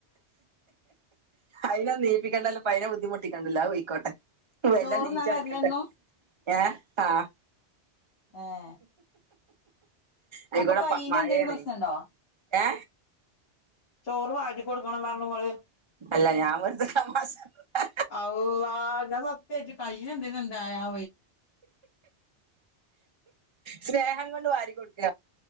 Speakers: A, on the right; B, on the left.
A: അയിനെ നീയിപ്പിക്കണ്ടല്ല പ അയ് നെ ബുദ്ധിമുട്ടിക്കണ്ടല്ലോ പൊയ്ക്കോട്ടെ വല്ല
B: ചോറ്ന്നാൻ
A: നീചടക്കട്ടെ
B: വരലെന്നും
A: ഏഹ് ആഹ്
B: ഏഹ്
A: ആയിക്കൂടെ
B: അപ്പൊ കയ്യിന്
A: പ മഴയാണ്
B: എന്തെങ്കിലും പ്രശ്നുണ്ടോ
A: ഏ
B: ചോറ് വാരി കൊടുക്കണം പറഞ്ഞു ഇങ്ങള്
A: അല്ല ഞാൻ വെറുതെ തമാശ <unintelligible>
B: ഓ അള്ളാ സത്യായിട്ടു കയ്യ് എന്തെങ്കിലും ആയോ
A: സ്നേഹം കൊണ്ട് വാരി കൊടുക്ക